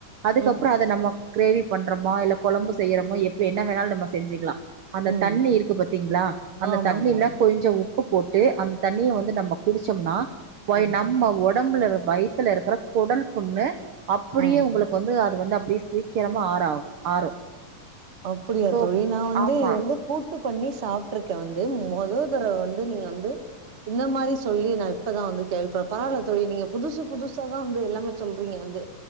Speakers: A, on the right (about 75°); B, on the right (about 40°).
A: அதுக்கப்பறோ
B: ம்
A: அத நம்ம கிரேவி பண்றோமோ இல்ல கொழம்பு செய்யறோமோ எப்ப என்ன வேணாலு நம்ம செஞ்சுக்கலா அந்த
B: ம்
A: தண்ணி இருக்கு பாத்தீங்களா அந்த
B: ஆமா,
A: தண்ணியில்ல
B: ஆமா.
A: கொஞ்ச உ ப்பு போட்டு அந்த தண்ணிய வந்து நம்ம குடிச்சோம்னா போயி
B: ம்.
A: நம்ம ஒ டம்புல இருக்குற வயத்தல இருக்கிற கொடல் புண்ணு அப்படியே
B: ஆ
A: உங்களு வந்து அது வந்து அப்டியே சீக்கிரமா ஆறாகு ஆறு
B: அப்படியா
A: சோ
B: தோழி நா வந்து
A: ஆமா
B: வந்து கூட்டு பண்ணி சாப்ட்ருக்கே வந்து மொத தறவ வந்து நீங்க வந்து இந்த மாரி சொல்லி நா இப்பதா வந்து கேள்விப்பறே பரவால தோழி நீங்க புதுசு புதுசா தா வந்து எல்லாமே சொல்றீங்க வந்து